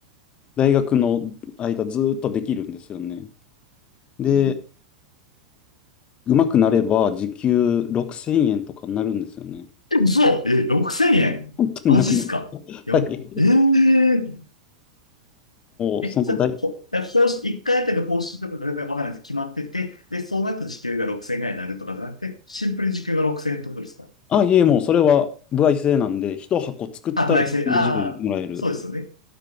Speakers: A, on the left; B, on the left.
A: 大学の間ずーっとできるんですよね。で、
B: うん。
A: うまくなれば時給6000円とかになるんですよね。
B: え嘘え、6000円マジっすかやばえー、
A: 本当にな何はい。もう、
B: え、
A: その大、
B: じゃあ、ほ、え報酬、1回あたりの報酬とかが全然わからないです。決まってて、で、そうなった時給が6000円ぐらいになるとかじゃなくて、シンプルに時給が6000円ってことですか
A: あ、いえ、もうそれは歩合制なんで、1箱作ったら120もらえる。
B: あ、焙煎、ああ、そうですよね。